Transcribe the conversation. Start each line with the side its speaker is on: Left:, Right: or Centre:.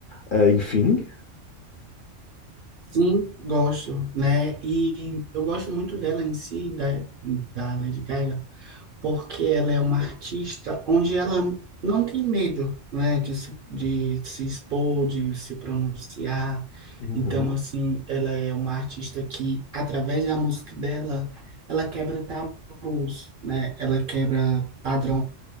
Left: é, enfim?
Right: Sim, gosto, né? E eu gosto muito dela em si, da, da Lady Gaga, porque ela é uma artista onde ela não tem medo, né, de, se- de se expor, de se pronunciar.
Left: Uhum,
Right: Então, assim, ela é uma artista que, através da música dela, ela quebra tabus, né? Ela quebra padrões